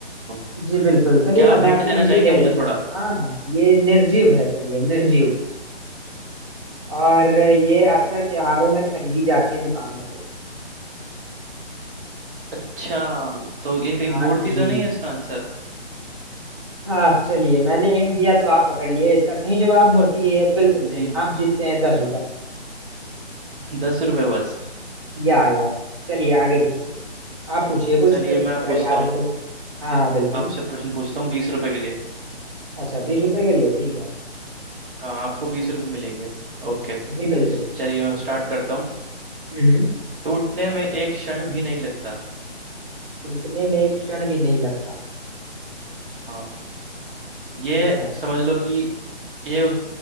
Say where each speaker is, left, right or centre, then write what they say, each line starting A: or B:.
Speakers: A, on the right; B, on the right.
A: तो
B: जी बिल्कुल चलिए
A: क्या
B: ना
A: आप
B: मैं
A: हिंट
B: आपको
A: देना
B: हिंट
A: चाहेंगे
B: ही दे देता
A: मुझे थोड़ा
B: हूँ हाँ हाँ ये निर्जीव है चलिए निर्जीव और ये अक्सर त्योहारों में खरीदी जाती है दुकानों से
A: अच्छा तो ये कहीं
B: हाँ
A: मूर्ति
B: जी
A: तो नहीं है इसका आंसर
B: हाँ चलिए मैंने हिंट दिया तो आप पकड़ लिए इसका सही जवाब मूर्ति है बिल्कुल
A: <laughs> जी
B: सही
A: जी
B: आप जीतते हैं दस रुपए
A: दस रुपये बस
B: या या या चलिए आगे पूछिए आप पूछिए कुछ
A: चलिए
B: फिर
A: मैं
B: अगर
A: पूछता
B: याद
A: हूँ
B: है तो हाँ हाँ बिल्कुल
A: आपसे प्रश्न पूछता हूँ बीस रुपए के लिए
B: अच्छा बीस रुपए के लिए ठीक है
A: हाँ आपको बीस रुपए मिलेंगे ओके
B: जी बिल्कुल
A: चलिए मैं स्टार्ट करता हूँ
B: हम्म
A: टूटने में एक क्षण भी नहीं लगता
B: टूटने में एक क्षण भी नहीं लगता
A: हाँ ये
B: ठीक है
A: समझ लो कि ये उस